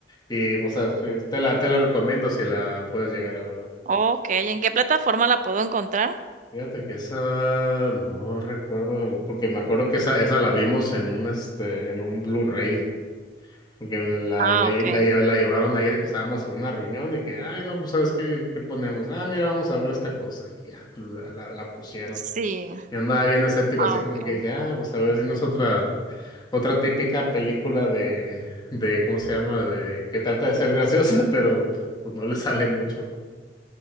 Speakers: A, on the left (about 25°); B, on the right (about 45°).
A: Y, o sea, sí, te la, te la recomiendo si la puedes llegar a ver.
B: Okey, ¿en qué plataforma la puedo encontrar?
A: Fíjate que esa no recuerdo, porque me acuerdo que esa, esa la vimos en un este, en un Blu-ray, porque la,
B: Ah,
A: la, la,
B: okey.
A: lle- la llevaron ahí de que estábamos en una reunión y que, ay, no, pues sabes qué, qué ponemos, ah, mira, vamos a ver esta cosa, y ya, la, la, la pusieron.
B: Sí.
A: Y andaba bien escéptico,
B: Ah,
A: así como
B: okey.
A: que dije, ah, pues a ver si no es otra, otra típica película de, de, ¿cómo se llama? de que trata de ser graciosa, <laughs> pero pues, pues, no le sale mucho, ¿no?